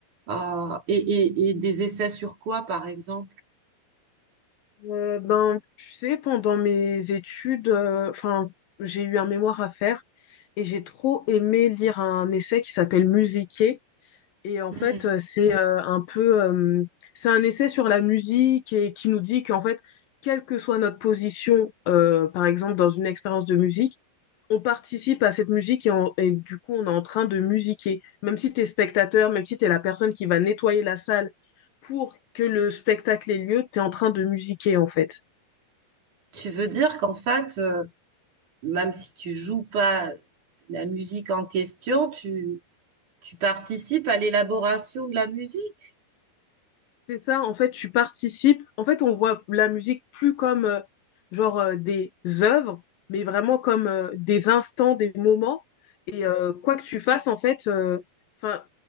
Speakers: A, on the right (about 55°); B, on the left (about 70°).
A: Euh, et, et- et des essais sur quoi, par exemple?
B: Euh, ben, tu sais, pendant mes études, euh, enfin, j'ai eu un mémoire à faire et j'ai trop aimé lire un essai qui s'appelle Musiquer. Et en
A: Hmm.
B: fait, euh, c'est euh, un peu, euh, c'est un essai sur la musique et qui nous dit qu'en fait, quelle que soit notre position, euh, par exemple dans une expérience de musique, on participe à cette musique et, on- et du coup, on est en train de musiquer. Même si tu es spectateur, même si tu es la personne qui va nettoyer la salle pour que le spectacle ait lieu, tu es en train de musiquer en fait.
A: Tu veux dire qu'en fait, euh, même si tu joues pas la musique en question, tu, tu participes à l'élaboration de la musique.
B: C'est ça, en fait, tu participes. En fait, on voit la musique plus comme euh, genre euh, des œuvres, mais vraiment comme euh, des instants, des moments. Et euh, quoi que tu fasses, en fait, euh, enfin,